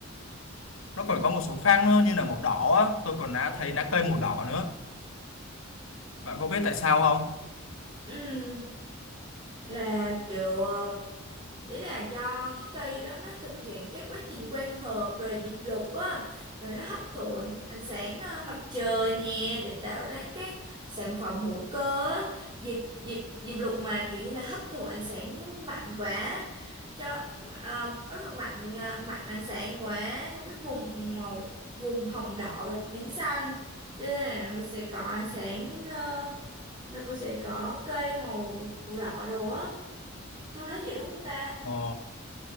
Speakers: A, on the left; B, on the right.
A: nó còn có một số khác nữa như là màu đỏ á tôi còn đã thấy lá cây màu đỏ nữa bạn có biết tại sao không
B: Ừ, là kiểu ờ, ý là do cái cây đó nó thực hiện các quá trình quang hợp rồi diệp lục á rồi nó hấp thụ ánh, ánh sáng ờ, mặt trời nè để tạo ra các sản phẩm hữu cơ á diệp diệp diệp lục mà kiểu như là hấp thụ ánh sáng mạnh quá cho ờ, hấp thụ mạnh ờ, mạnh ánh sáng quá trong cái vùng màu vùng hồng đỏ và tím xanh cho nên là nó sẽ có ánh sáng ờ, nó cũng sẽ có cây màu màu đỏ đồ á tôi nói vậy đúng không ta
A: Ồ,